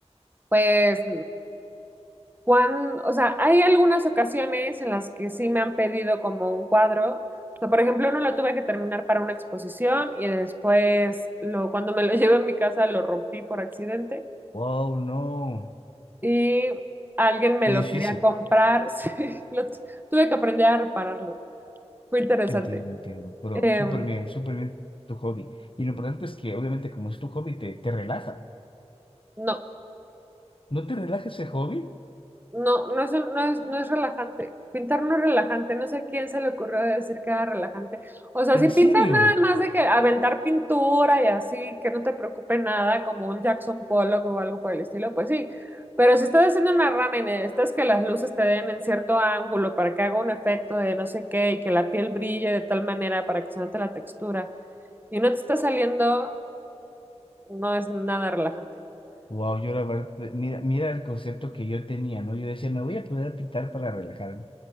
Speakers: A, on the right; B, on the left.
A: Pues, cuando, o sea, hay algunas ocasiones en las que sí me han pedido como un cuadro. O sea, por ejemplo, uno lo tuve que terminar para una exposición y después, lo, cuando me lo <laughs> llevé a mi casa, lo rompí por accidente
B: Wow, no,
A: y alguien me
B: qué
A: lo
B: difícil.
A: quería comprar. <laughs> Sí, lo tu- tuve que aprender a repararlo. Fue interesante.
B: Entiendo, entiendo, pero
A: Eh,
B: súper bien, súper bien tu hobby. Y lo importante es que obviamente como es tu hobby, te, te relaja.
A: no,
B: ¿No te relaja ese hobby?
A: no, no es, un- no es, no es relajante. Pintar no es relajante. No sé a quién se le ocurrió decir que era relajante. O sea,
B: ¿En
A: si
B: serio?
A: pintas nada más de que aventar pintura y así, que no te preocupe nada, como un Jackson Pollock o algo por el estilo, pues sí. Pero si estás haciendo una rana y necesitas que las luces te den en cierto ángulo para que haga un efecto de no sé qué y que la piel brille de tal manera para que se note la textura y no te está saliendo, no es nada relajante.
B: Wow, yo la verdad, eh, mira, mira el concepto que yo tenía, ¿no? Yo decía, me voy a poder a pintar para relajarme.